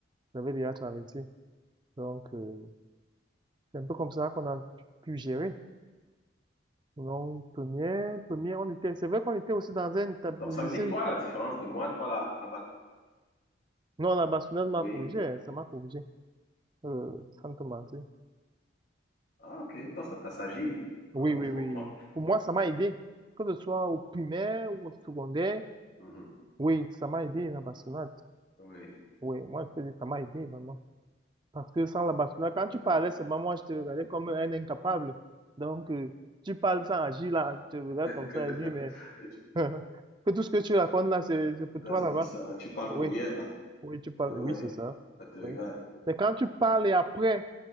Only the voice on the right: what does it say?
J'avais déjà traversé. Donc, euh, c'est un peu comme ça qu'on a pu gérer. non première, première, on était, c'est vrai qu'on était aussi dans un établissement
lycée.
Non, la bâtonneuse m'a
corrigé, hein, ça m'a corrigé, euh, sans te mentir.
Oui,
oui,
oui. oui. Pour moi, ça m'a aidé. Que ce soit au primaire ou au secondaire,
oui, ça m'a aidé, la bastonnade.
Oui, moi, je te dis ça m'a aidé, vraiment. Parce que sans la bastonnade, quand tu parlais, seulement moi, je te regardais comme un incapable. Donc, euh, tu parles sans agir, là, je te regarde
comme ça et dis, mais, <laughs> que tout ce que tu racontes, là, c'est c'est pour toi,
là-bas.
Oui.
Oui, tu parles,
oui, c'est ça.
Oui.
Mais quand tu parles et après,